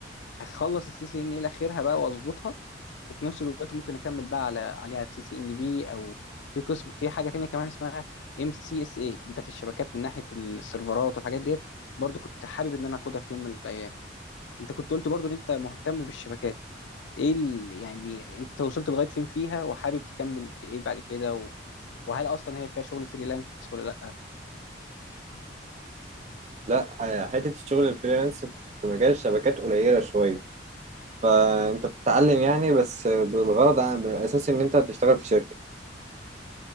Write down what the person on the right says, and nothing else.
لا حتة الشغل الفريلانس في مجال الشبكات قليلة شوية فأنت بتتعلم يعني بس بالغرض عن بالأساس إن أنت هتشتغل في شركة